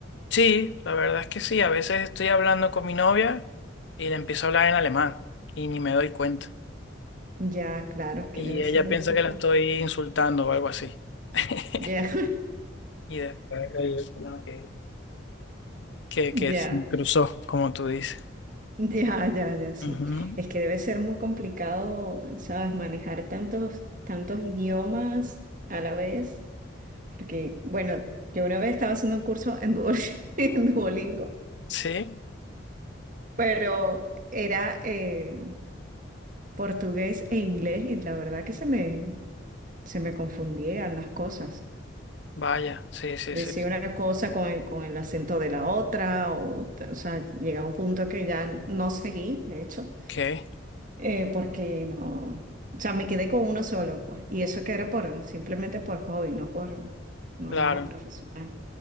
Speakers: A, on the left; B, on the right.
A: Sí, la verdad es que sí. A veces estoy hablando con mi novia y le empiezo a hablar en alemán y ni me doy cuenta.
B: Ya, claro, es que
A: Y
B: debe
A: ella
B: ser
A: piensa
B: un poco.
A: que la estoy insultando o algo así. <laughs>
B: Ya, <laughs>
A: Y después le digo, no, que, que, que
B: ya,
A: se me cruzó, como tú dices.
B: ya, ya, ya, sí.
A: Ujú.
B: Es que debe ser muy complicado, ¿sabes? Manejar tantos, tantos idiomas a la vez. Porque, bueno, yo una vez estaba haciendo un curso en Duol- <laughs> en Duolingo,
A: Sí.
B: pero era eh, portugués e inglés y la verdad que se me, se me confundían las cosas.
A: Vaya, sí, sí,
B: Decía
A: sí.
B: una cosa con el, con el acento de la otra, o, t- o sea, llegaba un punto que ya no seguí, de hecho,
A: Ok,
B: eh, porque no, o sea, me quedé con uno solo, pues, y eso que era por, simplemente por hobby, no por, no
A: claro.
B: nada profesional,